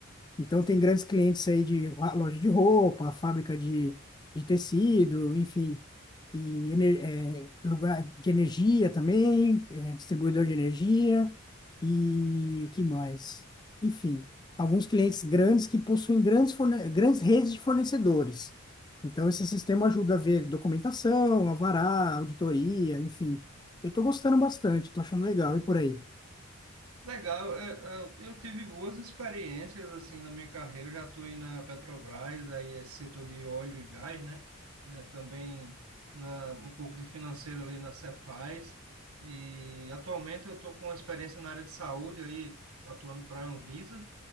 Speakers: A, on the left; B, on the right.
A: Então, tem grandes clientes aí de ro- loja de roupa, fábrica de, de tecido, enfim, e ener- eh, lugar de energia também, eh, distribuidor de energia, e que mais? Enfim, alguns clientes grandes que possuem grandes, forne- grandes redes de fornecedores. Então, esse sistema ajuda a ver documentação, alvará, auditoria, enfim. Eu estou gostando bastante, estou achando legal, e por aí?
B: Legal, é, é, eu tive boas experiências assim na minha carreira, eu já atuei na Petrobras, aí é setor de óleo e gás, né? É, também na, um pouco de financeiro ali na Cefaz, e atualmente eu estou com uma experiência na área de saúde, aí atuando para a Anvisa,